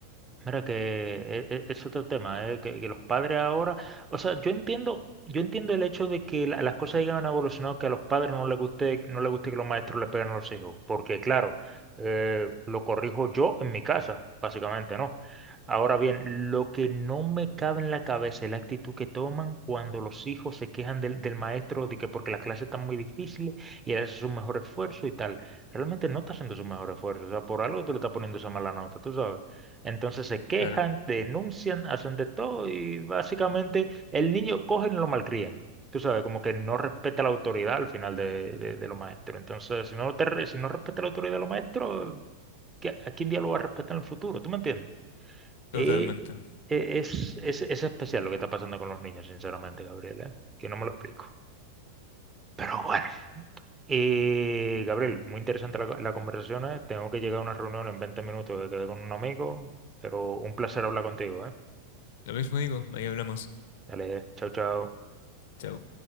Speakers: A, on the right; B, on the left.
A: Mira que e- e- es, otro tema, ¿eh? Que, que los padres ahora, o sea, yo entiendo, yo entiendo el hecho de que la- las cosas hayan evolucionado, que a los padres no les guste, no les guste que los maestros le peguen a los hijos, porque claro, eh, lo corrijo yo en mi casa, básicamente, ¿no? Ahora bien, lo que no me cabe en la cabeza es la actitud que toman cuando los hijos se quejan del, del maestro de que porque las clases están muy difíciles y él hace su mejor esfuerzo y tal. Realmente no está haciendo su mejor esfuerzo, o sea, por algo te lo está poniendo esa mala nota, tú sabes. Entonces se quejan,
B: Claro,
A: denuncian, hacen de todo y básicamente el niño cogen y lo malcrían. Tú sabes, como que no respeta la autoridad al final de, de- de los maestros. Entonces, si no, te re- si no respeta la autoridad de los maestros, ¿qué- ¿a quién día lo va a respetar en el futuro? ¿Tú me entiendes?
B: totalmente.
A: Eh, eh, es, es, es especial lo que está pasando con los niños, sinceramente, Gabriel, ¿eh? Que no me lo explico. Pero bueno. Eh, Gabriel, muy interesante la, la conversación, ¿eh? Tengo que llegar a una reunión en 20 minutos que quedé con un amigo, pero un placer hablar contigo, ¿eh?
B: Lo mismo digo, ahí hablamos.
A: Dale, chao, chao.
B: Chao.